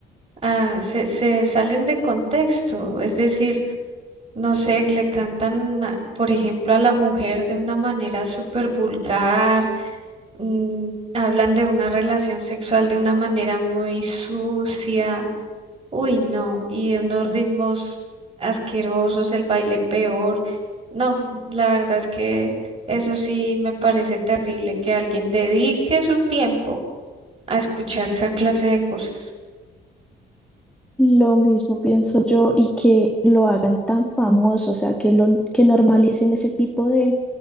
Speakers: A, on the right; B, in the centre.
A: a- se, se salen de contexto, es decir, no sé, le cantan, a- por ejemplo, a la mujer de una manera súper vulgar mm, hablan de una relación sexual de una manera muy sucia, uy, no, y de unos ritmos asquerosos, el baile peor. No, la verdad es que eso sí me parece terrible que alguien dedique su tiempo a escuchar esa clase de cosas.
B: Lo mismo pienso yo y que lo hagan tan famoso, o sea, que lo que normalicen ese tipo de,